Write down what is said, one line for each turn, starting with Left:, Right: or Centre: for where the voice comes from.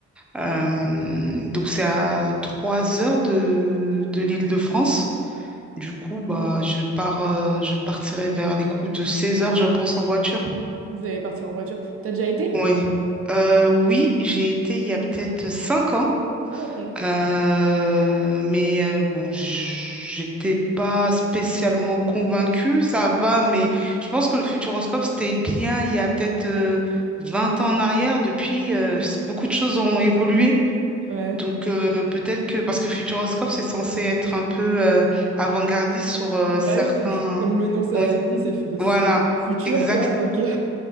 Centre: Euh, donc c'est à 3 heures de, de l'Île-de-France. Du coup, bah, je pars, euh, je partirai vers les coups de 16 heures, je pense, en voiture.
Right: Vous allez partir en voiture. T'as déjà été?
Centre: Oui. Euh, oui, j'ai été il y a peut-être 5 ans.
Right: Ah, ok.
Centre: Euh, mais euh, bon, j- j'étais pas spécialement convaincue, ça va, mais je pense que le futuroscope, c'était bien il y a peut-être euh, 20 ans en arrière. Depuis, euh, s- beaucoup de choses ont évolué.
Right: Ouais.
Centre: Donc euh, peut-être que parce que Futuroscope c'est censé être un peu euh, avant-gardiste sur euh,
Right: Ouais,
Centre: certains
Right: c'est- <laughs> comme le nom ça
Centre: Oui,
Right: dit, c'est fu- de-
Centre: voilà
Right: c'est le futur,
Centre: exact
Right: quoi. Donc... euh,